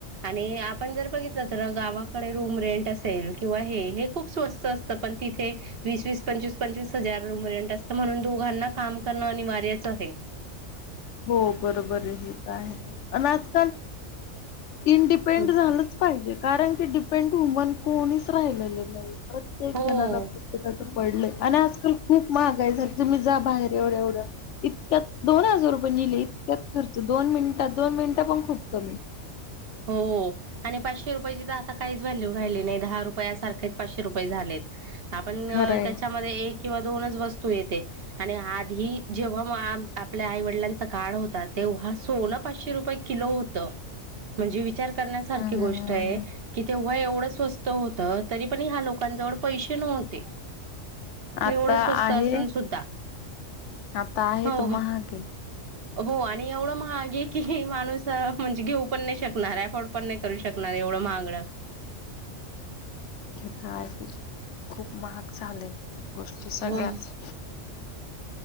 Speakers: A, on the right (about 50°); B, on the left (about 70°).
A: आणि आपण जर बघितलं तर गावाकडे रूम रेंट अस किंवा हे हे खूप स्वस्त असतं पण तिथे वीस वस पंचवीस पंवीस हजार रूम म्हणून दोघांना काम करणं अनिवार्यचं आहे.
B: हो बरोबर हे तर आहे आणि आजकाल इंडिपे
A: हम्.
B: न्डच झालंच पाहिजे कारण की डिपेंड वुमन कोणीच राहिलेलं नाही. प्रत्येक
A: हो
B: जणाला प्रत्याका पडलंय आणि आजकाल खूप महागाय झाली तुम्ही जा बाहेर एवढं एवढं इतक्यात दोन हजार रुपये निले इतक्यात खर्च, दोन मिनिटात दोन मिनिटं पण खूप कमी
A: हो. आणि पाचशे रुपयाची तर आता काहीच व्हॅल्यू राहिली नाही दहा रुपया सारखेच पाचशे रुपये झालेत. आपण
B: खरंय.
A: त्याच्यामध्ये एक किंवा दोनच वस्तू येते. आणि आधी जेव्हा म आपल्या आई वडिलांचा काळ होता तेव्हा सोनं पाचशे रुपये किलो होत म्हणजे विचार करण्यासारखी
B: अं,
A: गोष्ट आहे. की तेव्हा एवढं स्वस्त होत तरी पण ह्या लोकांजवळ पैसे नव्हते.
B: आता
A: एवढं स्वस्त
B: आहे,
A: असून सुद्धा
B: आता आहे
A: हो
B: त महागे
A: हो आणि एवढं महागे की माणूस म्हणजे घेऊ पण नाही शकणार आहे फड अफर्ड पण नाही करू शकणार एवढं महागड
B: हेता आहे खूप महाग झालंय गोष्टी सगळ्याच
A: हो